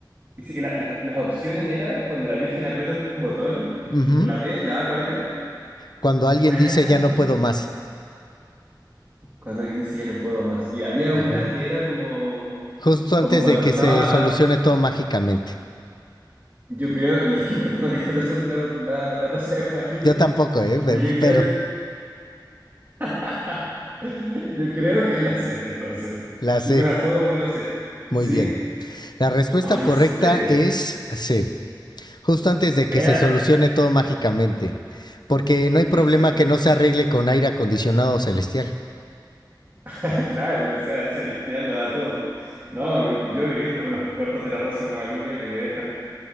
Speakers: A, on the right; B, on the left.
A: sí, la- la- las opciones era cuando la Virgen aprieta un botón,
B: Ujú.
A: la B, la A, ¿cuál era?
B: Cuando alguien
A: ¿Cuál
B: dice
A: era la
B: ya
A: A? Disculpa.
B: no puedo más.
A: Cuando alguien dice ya no puedo más. Y había
B: Ujú.
A: una que era como,
B: Justo antes
A: como cuando
B: de que
A: estaba,
B: se solucione todo mágicamente.
A: yo creo, y es que en verdad no viste la, la, la Rosa de Guadalupe.
B: Yo tampoco, ¿eh?
A: Pero yo creo
B: Pero
A: <laughs> Yo creo que es la C, entonces.
B: la sé.
A: Y me la juego por la C.
B: Muy
A: ¿Sí?
B: bien. La respuesta
A: Oh, ¿en
B: correcta
A: serio?
B: es C. Justo antes de que
A: Eh,
B: se solucione todo mágicamente. Porque no hay
A: Impresionante.
B: problema que no se arregle con aire acondicionado celestial.
A: <laughs> Claro, o sea, Celestial lo da todo. No, yo he visto unos cortos de La Rosa de Guadalupe que me dejan